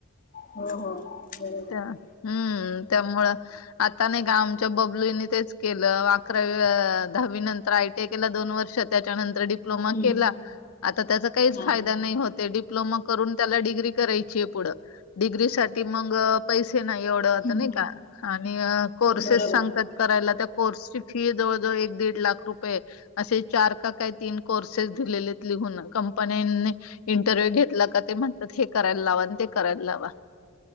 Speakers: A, on the left (about 40°); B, on the left (about 80°).
A: हो हो बरोबर
B: त्या हम्म त्यामुळ आता नाही का आमच्या त्या बबलीने तेच केलं अकरावी दहावी नंतर आयटीआय केला दोन वर्ष त्याच्यानंतर डिप्लोमा
A: हम्म,
B: डिप्लोमा केला आता त्याचा काहीच
A: हा
B: फायदा
A: हा
B: नाही होत आहे डिप्लोमा करून त्याला डिग्री करायची आहे पुढ डिग्रीसाठी मग पैसे नाही एवढं होत
A: हम्म,
B: नाही का आणि कोर्सेस
A: बरोबर
B: सांगतात करायला त्या कोर्सची फी जवळ जवळ एक दीड लाख रुपये असे चार का काय तीन कोर्सेस दिलेले लिहून कंपनीनी इंटरव्ह्यू घेतला का ते म्हणतात हे करायला लावा ते करायला लावा